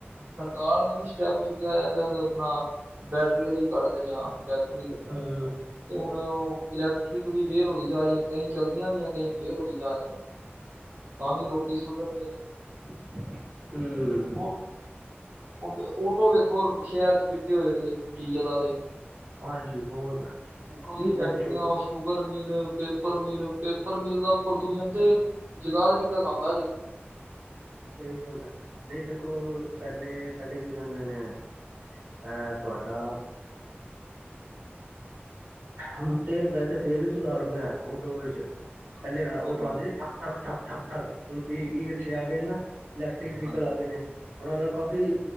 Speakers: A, on the right; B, on the right.
A: ਸਰਕਾਰ ਨੇ ਵੀ ਸਟੈਪ ਚੁੱਕਿਆ ਆ ਚੱਲ ਆਪਣਾ ਬੈਟਰੀ ਵਾਲੀ ਕੱਢ ਦੇਣੇ ਆ ਇਲੈਕਟ੍ਰਿਕ
B: ਹੂੰ
A: ਤੇ ਹੁਣਲੈਕ ਟਿਕ ਵੀ ਫੇਲ ਹੋਈ ਜਾ ਰਹੀ ਹੈ ਕਈ ਚਲਦੀਆਂ ਵੀਆਂ ਕਈ ਫੇਲ ਹੋਈ ਜਾ ਰਹੀਆਂ ਤਾਂ ਵੀ ਲੋਕੀ ਸੁਧਰਦੇ ਨੀ
B: ਹਮ
A: ਉਹ ਓਟੋ ਵੇਖੋ ਸ਼ਹਿਰ ਚ ਕਿੰਨੇ ਹੋਏ ਦੇ ਡੀਜ਼ਲ ਵਾਲੇ
B: ਹਾਂਜੀ ਬਹੁਤ ਆ
A: ਉੱਪਰੋਂ
B: ਨਹੀਂ
A: ਦੀ ਫੈਕਟਰੀਆਂ
B: ਵੈਸੇ
A: ਉਹ sugar mill paper mill paper ਮਿਲਦਾ ਪ੍ਰਦੂਸ਼ਣ ਤੇ ਜਗਾਤਰੀ ਤੱਕ ਆਉਂਦਾ ਜੇ
B: ਸਹੀ ਗੱਲ ਹੈ ਨਹੀਂ ਦੇਖੋ ਪਹਿਲੇ -ਪਹਿਲੇ ਕੀ ਕਹਿੰਦੇ ਨੇ ਅ ਤੁਹਾਡਾ ਹੁਣ ਤੇ ਵੈਸੇ ਫੇਰ ਵੀ ਸੁਧਾਰ ਹੋ ਗਿਆ ਓਟੋਵਿੱਚ
A: ਹਾਂਜੀ
B: ਪਹਿਲੇ ਉਹ ਟੁਵਾਉਂਦੇ
A: ਹਾਂਜੀ
B: ਸੀ ਠੱਕ- ਠੱਕ -ਠੱਕ -ਠਕ -ਠੱਕ ਹੁਣ ਤੇ ਈ ਰਿਕਸ਼ੇ
A: ਸਹੀ
B: ਆ ਗਏ
A: ਗੱਲ
B: ਨਾ ਇਲੈਕਟ੍ਰਿਕ ਵਹੀਕਲ
A: ਹਾਂਜੀ
B: ਆ ਗਦੇ ਨੇ ਉਹਨਾਂ ਨਾਲ ਕਾਫ਼ੀ